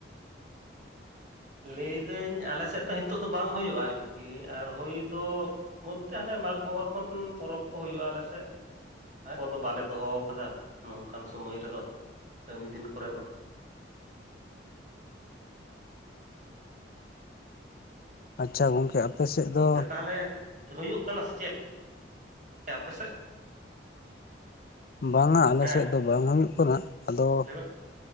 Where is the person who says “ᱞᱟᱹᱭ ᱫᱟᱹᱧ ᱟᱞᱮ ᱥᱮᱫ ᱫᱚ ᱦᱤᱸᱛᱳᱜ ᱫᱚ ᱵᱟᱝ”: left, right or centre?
Right